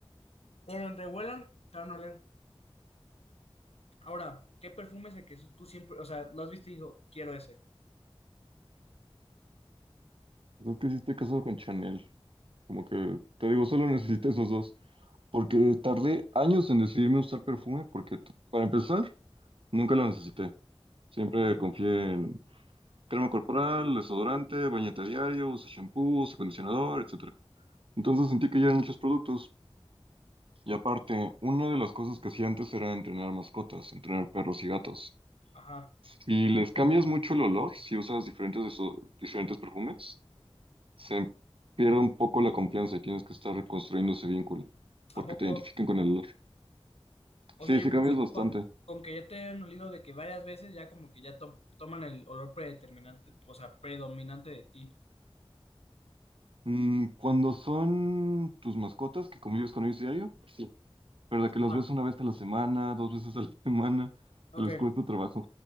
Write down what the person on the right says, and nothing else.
Es que sí estoy casado con Chanel, como que te digo, solo necesito esos dos, porque tardé años en decidirme a usar perfume, porque t- para empezar, nunca lo necesité. Siempre
confié en crema corporal, desodorante, bañete diario, usa shampoo, usa acondicionador, etcétera. Entonces sentí que ya eran muchos productos. Y aparte, una de las cosas que hacía antes era entrenar mascotas, entrenar perros y gatos.
Si les cambias mucho el olor, si usas diferentes, de esos- diferentes perfumes, se pierde un poco la confianza y tienes que estar reconstruyendo ese vínculo, porque
te identifican con el olor.
Sí,
sí
cambias bastante.
Mm, cuando son tus mascotas que convives con ellos diario, sí. Pero de que los
ves una vez a la semana, dos veces a la <laughs> semana,
les cuesta trabajo.